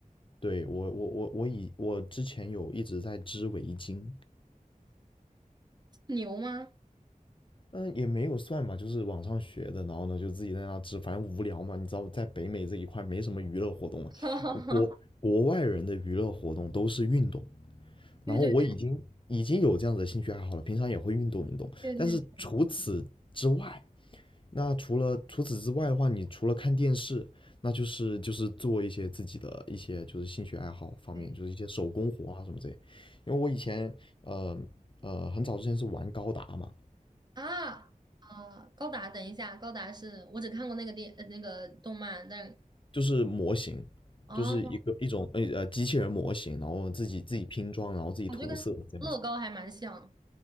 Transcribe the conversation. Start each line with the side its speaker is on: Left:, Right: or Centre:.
Left: 对，我我我我以我之前有一直在织围巾，
Right: 牛吗？
Left: 嗯，也没有算吧，就是网上学的，然后呢就自己在那织，反正无聊嘛，你知道，在北美这一块没什么娱乐活动了，
Right: <laughs> 哈哈
Left: 国国外人的娱乐活动都是运动，然后我已经已经有这样子的兴趣爱好了，
Right: 对对
Left: 平常也会运动运动，
Right: 对对对
Left: 但是除此之外，那除了除此之外的话，你除了看电视，那就是就是做一些自己的一些就是兴趣爱好方面，
Right: 对
Left: 就是一些手工活啊什么之类，因为我以前呃呃很早之前是玩高达嘛。
Right: 啊啊！高达，等一下，高达是我只看过那个电呃那个动漫，但
Left: 就是模型，
Right: 哦，
Left: 就是一个一种呃呃机器人模型，然后自己自己拼装，然后自己涂色这样子。
Right: 啊就跟乐高还蛮像，